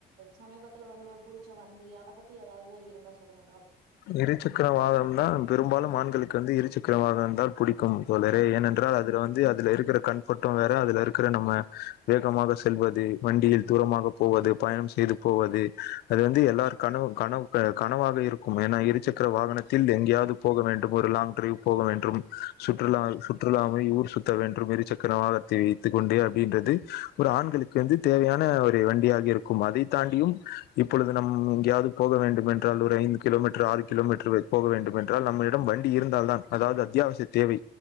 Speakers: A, on the right; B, on the left.
A: சமீபத்துல வந்து ஒரு புடிச்ச வண்டி அத பத்தி ஏதாவ்து இருந்தா சொல்லுங்
B: இரு சக்கர வாகனம்னா பெரும்பாலும் ஆண்களு க்கு வந்து இருச்சக்கர வாகணம்தா புடிக்கும் தோழரே ஏனென்றால்
A: ம்
B: அதுல வந்து அதுல இருக்குற கண் பட்டு வேற அதுல இருக்குற நம்ம வேகமாக செல்வது வண்டியில் தூரமாக போவது பயணம் செய்து போவது அது வந்து எல்லாருக்கான
A: ம்
B: கனவ் கனவாக இருக் ஏன்னா இருசக்கர வாகனத்தில் எங்கேயாவது போக வேண்டும் ஒரு லாங் ட்ரைவ் போக வேண்டும் சுற்றுலா சுற்றுலாவை ஊர் சு த வேண்ரும் இருசக்கர வாகத்தை வைத்துக் கொண்டே அப்டின்றது ஒரு ஆண்களுக்கு வந்து தேவையான ஒரு வண்டியாக இருக்கும் அதை தாண்டியும் இப்பொழுது நம் எங்கையாவ்து போக வேண்டும் என்றால் ஒரு ஐந்து கிலோமீட்ரு ஆறு கிலோமீட்ரு வ போக வேண்டும் என்றால் நம்மளிடம் வண்டி இருந்தால்தான் அதாவது அத்தியாவசிய தேவை